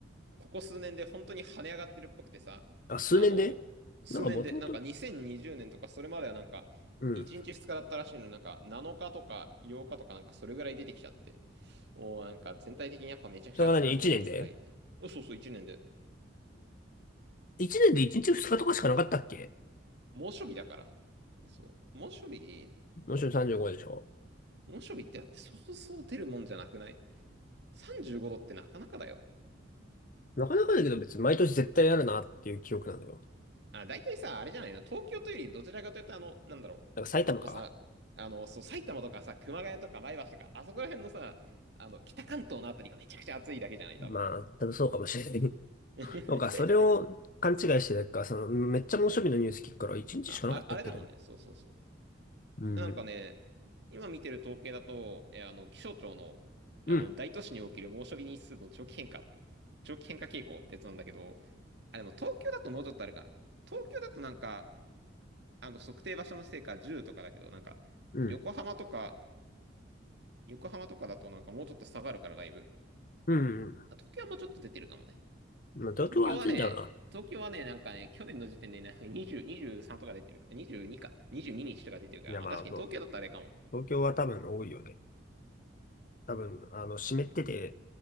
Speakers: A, on the right; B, on the left.
A: ここ数年で本当に跳ね上がってるっぽくてさ、
B: あ、数年で
A: あの、数年で、
B: なんかもともと、
A: なんか2020年とかそれまではなんか、
B: うん。
A: 1日2日だったらしいのになんか7日とか8日とかなんかそれぐらい出てきちゃって、もうなんか全体的にやっぱめちゃくちゃ暑くなってて辛いよね。
B: それが何一年で
A: うんそうそう、1年で。
B: え一年で一日二日とかしかなかったっけ
A: 猛暑日だから。そう。猛暑日、
B: もちろん35でしょ
A: 猛暑日ってだってそうそう出るもんじゃなくない ?35 度ってなかなかだよ。
B: なかなかだけど別に毎年絶対あるなっていう記憶なんだよ。
A: あ、大体さ、あれじゃないの東京というよりどちらかというと、あの、なんだろう。
B: だから埼玉か。
A: もっとさ、あの、そう、埼玉とかさ、熊谷とか前橋とか、あそこら辺のさ、あの、北関東のあたりがめちゃくちゃ暑いだけじゃない、
B: まあ、
A: 多分。
B: 多分そうかもしれない。
A: <laughs>
B: なんか、それを勘違いしてたか、その、めっちゃ猛暑日のニュース聞くから、一日しかなかったっけど。
A: あ、あ、あれだもんね。そうそうそ
B: うん。
A: う。なんかね、今見てる統計だと、えあの、気象庁の、
B: うん。
A: あの、大都市における猛暑日日数の長期変化、長期変化傾向ってやつなんだけど、あ、でも東京だともうちょっとあるか。東京だとなんか、あの、測定場所のせいか10とかだけど、なんか、
B: うん。
A: 横浜とか、横浜とかだとなんかもうちょっと下がるからライブ。
B: うん。うん
A: あ、東京はもうちょっと出てるかもね。
B: まあ、東京は暑いんだろうな。
A: 東京はね、東京はね、なんかね、去年の時点でね、20、23とか出てるか、22か、22日とか出てるから、
B: いや、
A: まあ確かに東京だったらあれかも。
B: まあ、そう東京は多分多いよね。多分、あの、湿ってて、